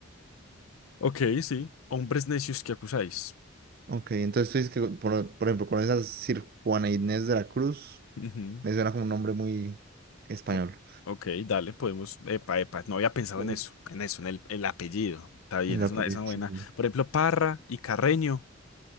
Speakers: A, on the left (about 80°); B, on the right (about 45°).
A: Ok, sí, hombres necios que acusáis.
B: Ok, entonces tú dices que, por, por ejemplo, con esa Sir Juana Inés de la Cruz,
A: Ujú.
B: me suena como un nombre muy español.
A: ¿Cómo? Ok, dale, podemos. Epa, epa, no había pensado
B: Ujú.
A: en eso, en eso, en el, el apellido. Está bien,
B: En la
A: es una,
B: película,
A: es una buena.
B: sí, sí.
A: Por ejemplo, Parra y Carreño